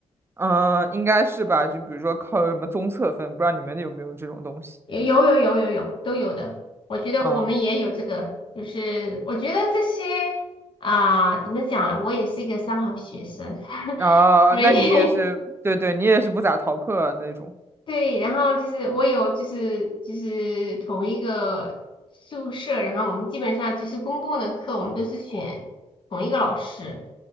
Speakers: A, on the right; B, on the left.
A: 嗯，应该是吧？就比如说靠什么综测分，不知道你们有没有这种东西？
B: 有有有有有有都有的，我觉得我们也有这个，
A: 嗯，
B: 就是我觉得这些啊、怎么讲呢？我也是一个三好学生，
A: 啊，
B: <laughs> 所以
A: 那你也是，对对，你也是不咋逃课啊那种。
B: 对，然后就是我有就是就是同一个宿舍，然后我们基本上就是公共的课，我们都是选同一个老师。